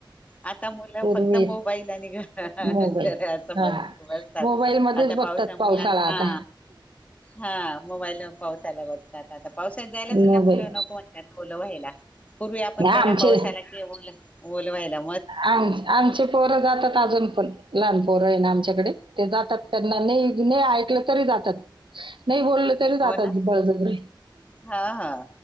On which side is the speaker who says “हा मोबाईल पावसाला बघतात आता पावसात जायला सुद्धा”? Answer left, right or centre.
Left